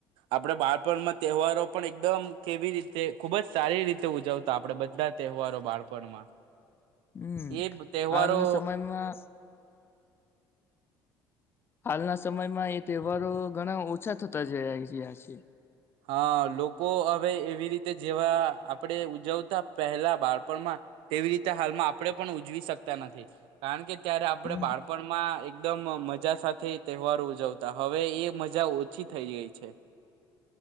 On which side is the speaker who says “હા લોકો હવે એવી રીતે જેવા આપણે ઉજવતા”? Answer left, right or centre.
Right